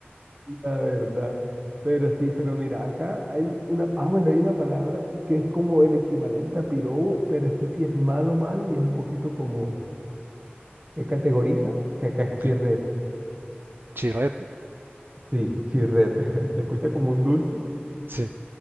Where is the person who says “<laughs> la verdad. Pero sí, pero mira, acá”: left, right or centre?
Right